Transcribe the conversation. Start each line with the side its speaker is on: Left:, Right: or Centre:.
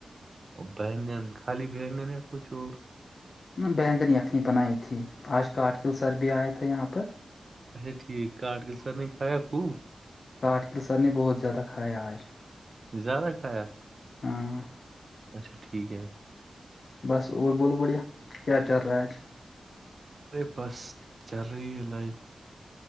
Right: بیگن خالی بیگن ہے کو چور
Left: بگن یخنی بنائی تھی آج کارگل سر بھی آیا تھا یہاں پر
Right: اچھا ٹھیک کٹ کے سر نے کایا خوب
Left: کاٹ کل سر نے بہت زیادہ کھایا آج
Right: زیادہ کھایا
Left: ہاں
Right: اچھا ٹھیک ہے
Left: بس اور بوول بوڑھیا کیا چل رہا ہے آج
Right: ارے بس جری لف